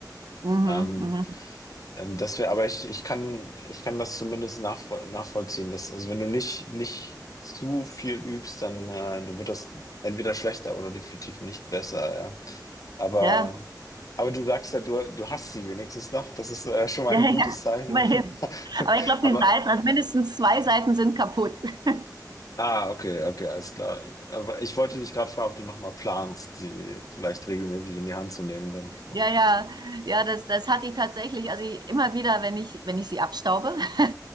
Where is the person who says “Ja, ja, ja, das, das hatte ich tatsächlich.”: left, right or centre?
Right